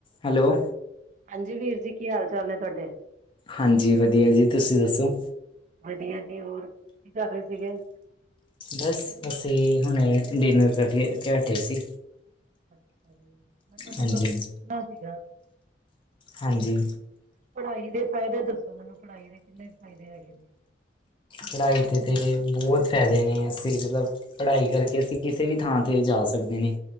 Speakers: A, on the left (about 30°); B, on the right (about 45°).
A: Hello
B: ਹਾਂਜੀ। ਵੀਰ ਜੀ ਕੀ ਚਾਲ ਤੁਹਾਡੇ?
A: ਹਾਂਜੀ ਵਧੀਆ ਜੀ। ਤੁਸੀਂ ਦੱਸੋ?
B: ਵਧੀਆ ਜੀ। ਹੋਰ ਕੀ ਕਰ ਰਹੇ ਸੀਗੇ?
A: ਬਸ ਅਸੀਂ ਹੁਣੇ ਡਿਨਰ ਕਰ ਕੇ ਹਟੇ ਸੀ।
B: ਅੱਛਾ ਜੀ ਮੈ ਤੁਹਾਡੇ
A: ਹਾਂਜੀ
B: ਕੋਲੋਂ ਕੁੱਛ ਪੁੱਛਣਾ ਸੀਗਾ?
A: ਹਾਂਜੀ।
B: ਪੜ੍ਹਾਈ ਦੇ ਫਾਇਦੇ ਦੱਸੋ? ਮੈਨੂੰ ਪੜ੍ਹਾਈ ਦੇ ਕਿੰਨੇ ਫਾਇਦੇ ਹੈਗੇ ਨੇ
A: ਪੜ੍ਹਾਈ ਤੇ ਤਾਂ ਬਹੁਤ ਫ਼ੈਦੇ ਨੇ ਅਸੀਂ ਮਤਲਬ ਪੜ੍ਹਾਈ ਕਰਕੇ ਅਸੀਂ ਕਿਸੇ ਵੀ ਥਾਂ ਤੇ ਜਾ ਸਕਦੇ ਨੇ